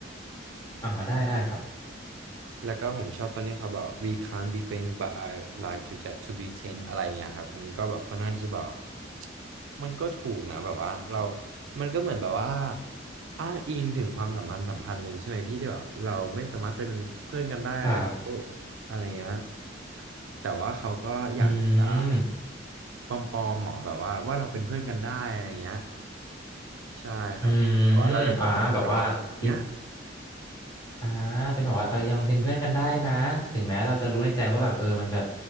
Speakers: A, on the left; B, on the right.
A: อ่าได้ได้ครับ
B: แล้วก็ผมชอบตอนนี้เขาบอก we can't be friends but I like to just to be t e n อะไรเงี้ยครับมันก็แบบค่อนข้างที่จะแบบมันก็ถูกนะแบบว่าเรามันก็เหมือนแบบว่าอ้างอิงถึงความสัมพันธ์สัมพันธ์หนึ่งใช่ไหมพี่ที่แบบเราไม่สามารถเป็นเพื่อนกันได้แล้ว
A: ครับ
B: อะไรเงี้ยแต่ว่าเขาก็อยากจะ
A: อืม
B: ปลอมๆหมอแบบว่าว่าเราเป็นเพื่อนกันได้อะไรเงี้ยใช่ครับแต่ว่าเราเลิกกับแฟนเก่าแบบเนี้ย
A: อืมอ่าแบบว่าจริงอ่าเป็นแบบว่าเรายังเป็นเพื่อนกันได้นะถึงแม้เราจะรู้ในใจว่าแบบเออมันแบบ